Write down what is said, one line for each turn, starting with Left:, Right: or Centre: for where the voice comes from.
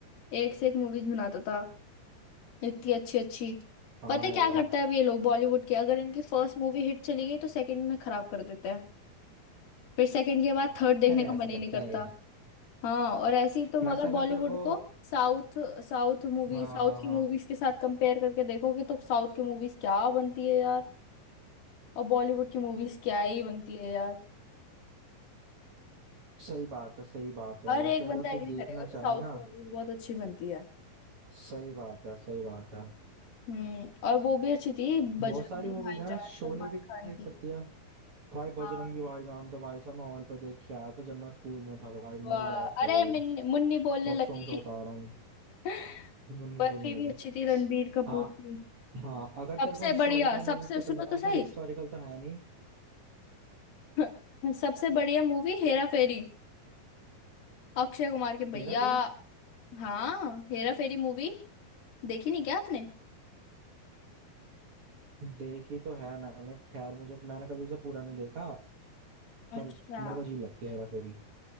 Left: एक से एक मूवीज बनाता था इतनी अच्छी अच्छी
Right: हाँ
Left: पता है क्या
Right: यार
Left: करता है अब ये लोग बॉलीवुड के अगर इनकी फर्स्ट मूवी हिट चली गई तो सेकंड में खराब कर देते हैं फिर सेकंड के बाद थर्ड देखने
Right: अरे
Left: का
Right: ऐसे
Left: मन ही
Right: ही करते
Left: नहीं करता
Right: हैं ये
Left: हाँ और ऐसे ही तुम
Right: वैसे
Left: अगर बॉलीवुड
Right: अगर तेरे को
Left: को साउथ साउथ मूवी
Right: हाँ
Left: साउथ
Right: हाँ हाँ
Left: की मूवीज के साथ कंपेयर करके देखोगे तो साउथ की मूवीज क्या बनती है यार और बॉलीवुड की मूवीज क्या ही बनती है यार
Right: सही बात है सही बात है
Left: हर
Right: वैसे
Left: एक
Right: अगर
Left: बंदा
Right: तू
Left: एग्री
Right: देखना
Left: करेगा कि
Right: चाहे
Left: साउथ
Right: ना
Left: की मूवीज बहुत अच्छी बनती है
Right: सही बात है सही बात है
Left: हम्म और वो भी अच्छी थी बजरंगी
Right: बहुत सारी मूवीज
Left: भाईजान
Right: हैं शोले
Left: सलमान
Right: भी
Left: खान
Right: देख
Left: की
Right: सकती है भाई
Left: हाँ
Right: बजरंगी भाईजान तो भाई साहब मैं हॉल पे देख के आया था जब मैं स्कूल में था भाई
Left: वाह
Right: मजेदार था
Left: अरे
Right: भाई
Left: मिन- मुन्नी बोलने
Right: कसम
Left: लगी
Right: से बता रहा हूँ
Left: <laughs>
Right: मुन्नी
Left: बर्फी
Right: बोलने
Left: भी
Right: लगी
Left: अच्छी थी रणबीर कपूर
Right: हाँ
Left: की
Right: हाँ अगर तेरे
Left: सबसे
Right: को हिस्टोरिकल
Left: बढ़िया
Right: मूवीज
Left: सबसे
Right: पसंद
Left: सुनो
Right: है
Left: तो
Right: मतलब
Left: सही
Right: हिस्टोरिकल तो है नहीं
Left: <laughs> सबसे बढ़िया मूवी हेरा फेरी अक्षय कुमार के भैया
Right: हेरा फेरी
Left: हाँ हेरा फेरी मूवी देखी नहीं क्या आपने
Right: देखी तो है मैंने खैर मुझे मैंने कभी उसे पूरा नहीं देखा पर
Left: अच्छा
Right: मेरे को अजीब लगती है हेरा फेरी